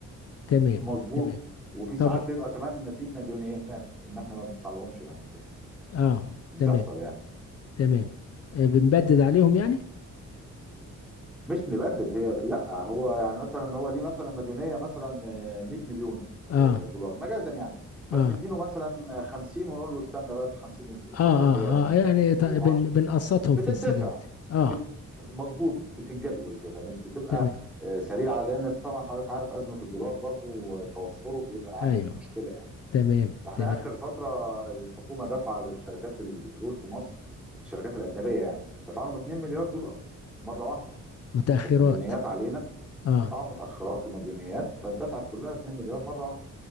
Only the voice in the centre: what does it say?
مظبوط
وفي ساعات
بيبقى كمان في مديونيات ان احنا ما بندفعلهمش يعني
بتحصل
يعني
مش نبدد هي لا هو يعني مثلا هو ليه مثلا مديونيه مثلا 100 مليون
آه، دولار مجازا يعني فبندي
له مثلا 50 ونقول له استنى بقى ال 50 الفتره
الجايه هنديك
له
10
بتدفع
بت... مظبوط بتتجدول كده مش بتبقى
آه، سريعه لان طبعا حضرتك عارف ازمه الدولار برضو آه، توفره بيبقى عامل
مشكله يعني
احنا
اخر فتره الحكومه دفع للشركات البترول في مصر الشركات الاجنبيه يعني دفع لهم 2 مليار دولار مره واحده
كانت مديونيات علينا
اه متاخرات ومديونيات فاتدفعت كلها 2 مليار مره واحده